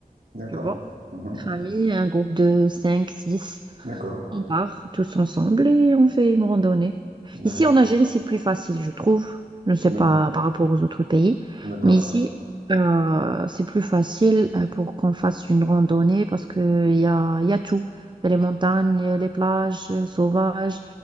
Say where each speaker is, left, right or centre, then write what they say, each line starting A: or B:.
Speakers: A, on the right; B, on the right.
A: D'accord.
B: tu vois.
A: Mhm.
B: Entre amis, un groupe de 5 6
A: D'accord.
B: on part tous ensemble et on fait une randonnée.
A: D'accord.
B: Ici, en Algérie, c'est plus facile, je trouve. Je ne sais
A: D'accord.
B: pas par rapport aux autres pays,
A: D'accord.
B: mais ici, euh, c'est plus facile euh, pour qu'on fasse une randonnée parce qu'il y a, il y a tout. Il y a les montagnes, les plages euh, sauvages,